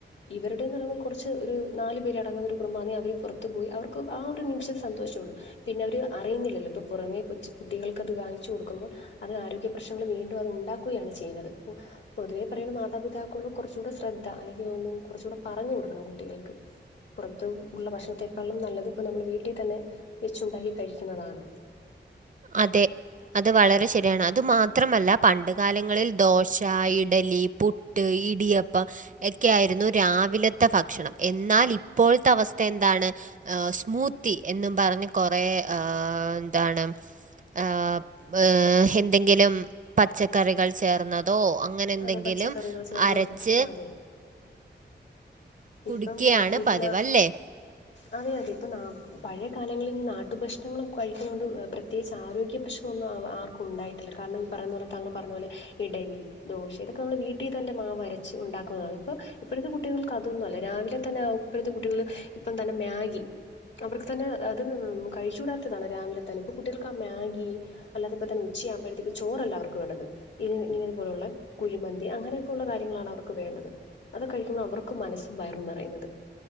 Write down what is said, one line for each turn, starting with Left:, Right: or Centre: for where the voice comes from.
Left: ഇവരുടെ ന്ന് റഞ്ഞ കുറച്ച് ഒരു നാല് പേര് അടങ്ങുന്ന ഒരു കുടുംബന്നെ അവര് പുറത്തു പോയി അവർ. ഹോ, ആ ഒരു നിമിഷം സന്തോഷോണ്. പിന്നെ അവര് അറിയുന്നില്ലല്ലോ പ്പൊ പുറമേ കൊച്ചു കുട്ടികൾകത് വാങ്ങിച്ചു കൊടുക്കുമ്പോൾ. അത് ആരോഗ്യ പ്രശ്നങ്ങൾ വീണ്ടും അത് ഉണ്ടാക്കുകയാണ് ചെയ്യുന്നത്. ഹും പൊതുവേ പറയ്ണ് മാതാപിതാക്കള് കുറച് കൂടെ ശ്രദ്ധ, അല്ലെങ്കിൽ കുറച്ചു കൂടെ പറഞ്ഞു കൊടുക്കണം കുട്ടികൾക്ക്. പുറത് ഉള്ള ഭക്ഷണത്തെക്കാളും നല്ലത് ഇപ്പ നമ്മൾ വീട്ടി തന്നെ വെച്ചുണ്ടാക്കി കഴിക്കുന്നതാണ്.
Right: അതെ. അത് വളരെ ശരിയാണ്. അത് മാത്രമല്ല പണ്ട് കാലങ്ങളിൽ ദോശ, ഇഡലി, പു ട്ട്, ഇടിയപ്പ, എക്കെ ആയിരുന്നു. രാവിലത്തെ ഫക്ഷണം എന്നാൽ ഇപ്പോഴത്തെ അവസ്ഥ എന്താണ്? അ സ്മൂത്തി എന്നും പറഞ്ഞ് കൊറേ ആ ന്താണ്? ആ പ് എന്തെങ്കിലും പച്ചക്കറികൾ ചേർന്നതോ? ആ ങ്ങനെ ന്തെങ്കിലും
Left: അതെ പച്ചക്കറികൾ ചേർന്ന
Right: അരച്ച്.
Left: അതെ
Right: കുടിക്കുകയാണ്
Left: ഇപ്പം ആഹ് കൂടുട്തലാ.
Right: പതിവ് അല്ലേ
Left: അതെ, അതെ, ഇപ്പം ന പഴയ കാലങ്ങളിൽ ഈ നാട്ടു ഭക്ഷ്ണങ്ങൾ ക ഴിക്കുന്ന കൊണ്ട് പ്രത്യേകിച്ച് ആരോഗ്യ പ്രശ്നം ഒന്നും ആവ ആർക്കും. ഉണ്ടായിട്ടില്ല, കാരണം ഈ പറയുന്ന പോലെ താങ്കൾ പറഞ്ഞതു പോലെ. ഇഡലി, ദോശ, ഇതൊക്കെ നമ്മൾ വീട്ടി തന്നെ മാവ രച്ച് ഉണ്ടാക്കുന്നതാണ്. ഇപ്പൊ ഇപ്പോഴത്തെ കുട്ടികൾക്ക് അത്. തൊന്നല്ല, രാവിലെ തന്നെ ആ ഉപ്പഴത്തെ കുട്ടികള് ഇപ്പം തന്നെ മ്യാഗി. അവർക്ക് തന്നെ അത്.. കഴിച്ചൂടാത്തതാണ് രാവിലെ തന്നെ ഇപ്പൊ കുട്ടികൾക്ക് ആ മ്യാഗി. അല്ലാ അത് ഇപ്പോ തന്നെ ഉച്യാ ആകു മ്പഴത്തേക്ക് ചോറല്ല അവർക്ക് വേണ്ടത്. ഇ ഇങ്ങനെ പോലുള്ള കുഴിമന്തി അങ്ങനെയൊക്കെയുള്ള കാര്യങ്ങളാണ് അവർക്ക് വേണ്ടത് അത് കഴിക്കുമ്പോൾ അവർക്ക് ക്കും മനസ്സും വയറും നിറയുന്നത്.